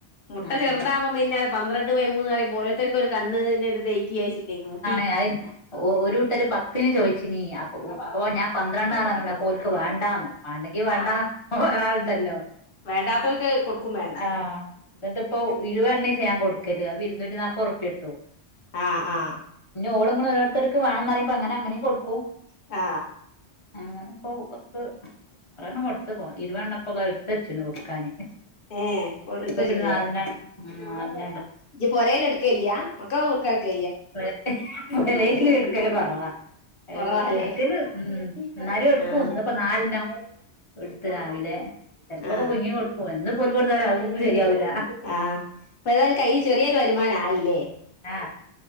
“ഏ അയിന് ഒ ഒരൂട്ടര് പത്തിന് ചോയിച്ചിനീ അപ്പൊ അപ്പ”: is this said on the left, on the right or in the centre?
Left